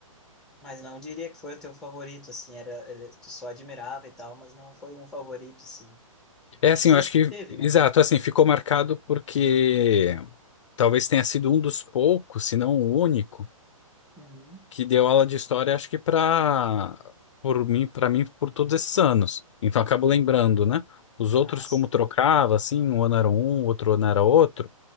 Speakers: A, in the centre; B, on the left.
A: Mas não diria que foi o teu favorito, assim, era, ele- tu só admirava e tal, mas não foi um favorito, assim.
B: É
A: Nem
B: assim,
A: sei
B: eu acho
A: se tu
B: que,
A: teve,
B: exato,
A: né?
B: assim, ficou marcado porque talvez tenha sido um dos poucos, se não o único
A: Uhum.
B: que deu aula de história, acho que para por mim, para mim por todos esses anos. Então acabo lembrando, né? Os outros
A: Ah, sim.
B: como trocava, assim, um ano era um, outro ano era outro,